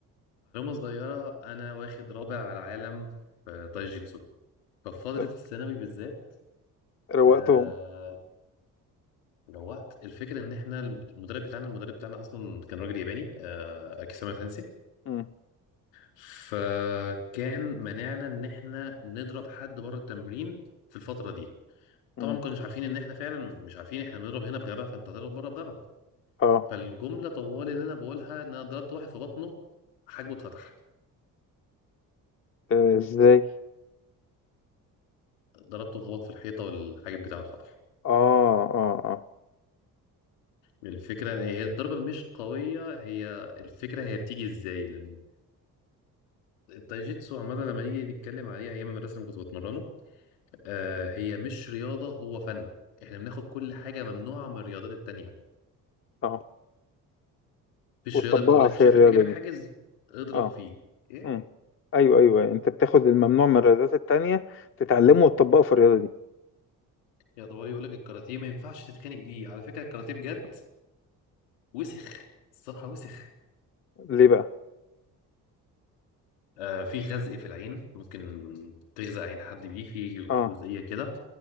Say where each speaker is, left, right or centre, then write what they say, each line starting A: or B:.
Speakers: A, on the left; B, on the left.
A: صغيره انا واخد رابع على العالم في تايجيتسو ففي فتره
B: تمام.
A: الثانوي بالذات
B: روقتهم
A: آه روقت الفكره ان احنا المدرب بتاعنا المدرب بتاعنا اصلا كان راجل ياباني آه اكيساما سensei
B: مم،
A: فكان منعنا ان احنا نضرب حد بره التمرين في الفتره دي
B: مم.
A: طبعا ما كناش عارفين ان احنا فعلا مش عارفين احنا بنضرب هنا بغبا فانت هتضرب بره بغبا
B: اه
A: فالجمله طوال اللي انا بقولها ان انا ضربت واحد في بطنه حاجبه اتفتح
B: آه، ازاي
A: ضربته خبط في الحيطه والحاجب بتاعه اتفتح
B: اه اه اه
A: الفكره هي الضربه مش قويه هي الفكره هي بتيجي ازاي لان التايجيتسو عامه لما نيجي نتكلم عليه ايام المدرسه اللي كنت بتمرنه آه هي مش رياضه هو فن احنا بناخد كل حاجه ممنوعه من الرياضات التانيه
B: اه
A: مفيش
B: وتطبقها
A: رياضه بتقول لك
B: في
A: شايف
B: الرياضة
A: الحاجب الحاجز
B: دي
A: اضرب
B: اه
A: فيه إيه؟
B: امم ايوه ايوه انت بتاخد الممنوع من الرياضات التانية تتعلمه وتطبقه في الرياضة دي
A: يا طوالي يقول لك الكاراتيه ما ينفعش تتخانق بيه على فكره الكاراتيه بجد وسخ الصراحه وسخ
B: ليه بقى
A: آه في خزق في العين ممكن تغزق عين حد بيه في
B: اه
A: جزئيه كده